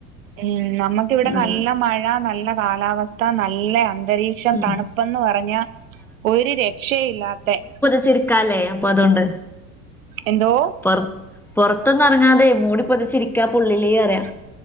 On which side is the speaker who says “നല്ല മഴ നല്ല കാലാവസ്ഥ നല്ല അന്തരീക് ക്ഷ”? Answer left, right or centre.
Right